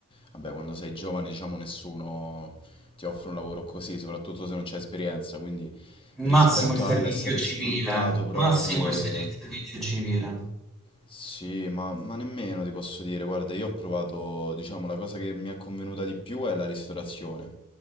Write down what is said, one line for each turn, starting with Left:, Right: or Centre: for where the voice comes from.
Left: vabbè, quando sei giovane diciamo nessuno ti offre un lavoro così, soprattutto se non c'è esperienza, quindi
Centre: Massimo
Left: rispetto
Centre: il servizio
Left: all'essere
Centre: civile,
Left: sfruttato proprio
Centre: massimo il
Left: e
Centre: servizio civile.
Left: sì, ma, ma nemmeno ti posso dire, guarda, io ho provato, diciamo, la cosa che mi è convenuta di più è la ristorazione,